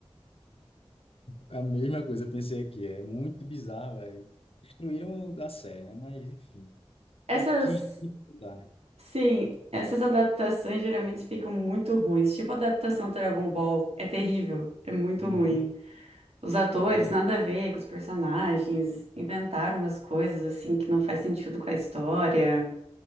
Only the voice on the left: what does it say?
A mesma coisa, eu pensei aqui, é muito bizarro, é. Destruíram da série, né? Mas, enfim,
eu quis disputar, né?
Uhum,
é verdade.